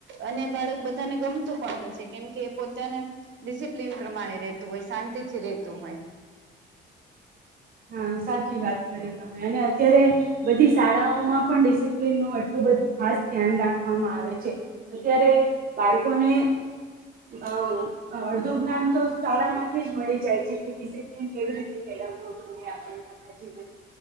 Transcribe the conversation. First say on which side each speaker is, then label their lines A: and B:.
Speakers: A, on the right; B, on the right.
A: અને બાળક બધાને ગમતું પણ હોય છે કેમ કે પોતાને ડિસિપ્લિન પ્રમાણે ર રહેતું હોય શાંતિથી રહેતું હોય.
B: હા સાચી વાત કરી તમે અને અત્યારે બધી શાળાઓમાં પણ ડિસિપ્લીન નું. એટલુ બધું ખાસ ધ્યાન રાખવામાં આવે છે અત્યારે બાળકોને અ. અડધું જ્ઞાન તો શાળા માંથી જ મળી જાય છે કે ડિસિપ્લીન કેવી રીતે મેળવવું <unintelligible>